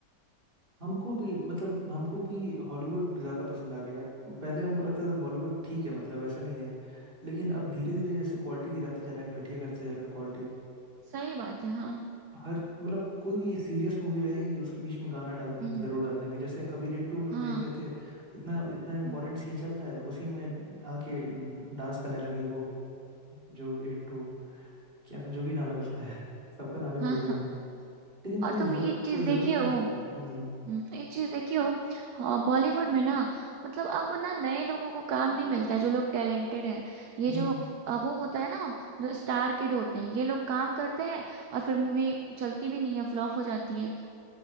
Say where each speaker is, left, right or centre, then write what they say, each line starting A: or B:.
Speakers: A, on the right; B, on the right.
A: हमको भी मतलब हमको भी हॉलीवुड ज़्यादा पसंद आ गया है। पहले हमको लगता था बॉलीवुड ठीक है मतलब ऐसा नहीं है लेकिन अब धीरे
B: हम्म।
A: धीरे जैसे क्वालिटी गिराते जा रहे हैं घटिया करते जा रहे हैं क्वालिटी
B: सही बात है हाँ
A: हर मतलब कोई भी सीरियस मूवी रहेगी उसके बीच में गाना डाल
B: हम्म
A: जरूर डाल देंगे जैसे अभी रेड टू हम लोग
B: हाँ
A: देख रहे थे इतना इतना इम्पोर्टेंट
B: हाँ
A: सीन चल रहा है उसी में आके डांस करने लगी वो जो एक तो क्या ना जो भी नाम है उसका है सबका नाम ही भूल
B: हाँ
A: गया
B: हाँ।
A: हमको लेकिन कोई
B: और तुम
A: जर,
B: ये चीज
A: कोई जरूरत
B: देखे
A: नहीं
B: हो
A: थी हम्म हम्म
B: हम्म, एक चीज देखियो हाँ, बॉलीवुड में ना मतलब अब ना नए लोगों को काम नहीं मिलता है जो लोग टैलेंटेड हैं ये
A: हम्म।
B: जो
A: हम्म।
B: अ, वो होता है ना जो स्टार किड होते हैं ये लोग काम करते हैं और फिर मूवी चलती भी नहीं है फ्लॉप हो जाती है